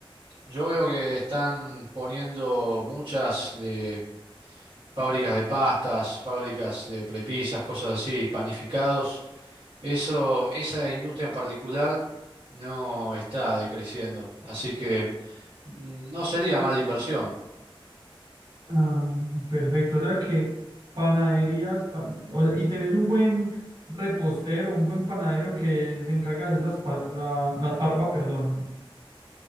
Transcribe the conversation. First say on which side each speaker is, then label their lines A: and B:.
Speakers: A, on the right; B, on the right.
A: yo veo que están poniendo muchas de fábricas de pastas, fábricas de prepisas, cosas así, panificados. Eso, esa industria en particular no está decreciendo, así que mm, no sería mala inversión.
B: Ah, perfecto, o sea que panaderías, pa- o sea, y tenés un buen repostero, un buen panadero que se encarga de hacer las, pa- la, la parva, perdón.